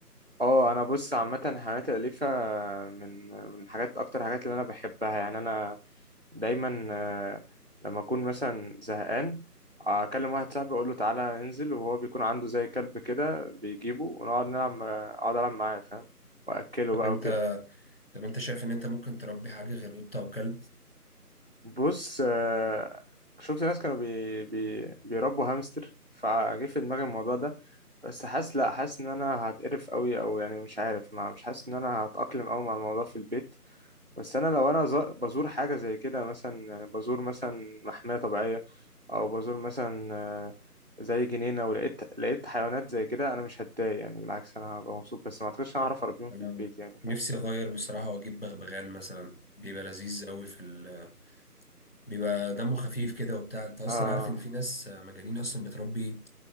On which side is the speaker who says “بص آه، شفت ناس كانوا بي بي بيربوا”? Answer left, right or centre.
Right